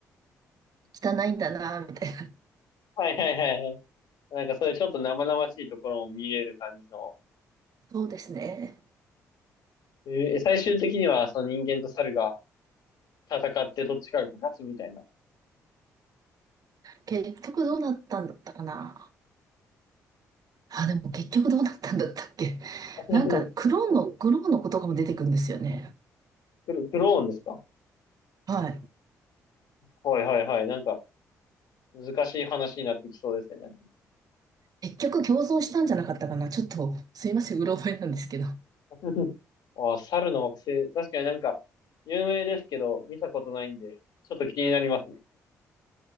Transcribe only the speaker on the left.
はいはいはいはい。なんかそういうちょっと生々しいところも見れる感じの
えー最終的にはその人間と猿が戦ってどっちかが勝つみたいな。
<laughs>
クロ、<laughs> クローンですか
はいはいはい。なんか難しい話になってきそうですね。なんか
<laughs> あー猿の惑星。確かになんか有名ですけど、見たことないんで、ちょっと気になりますね。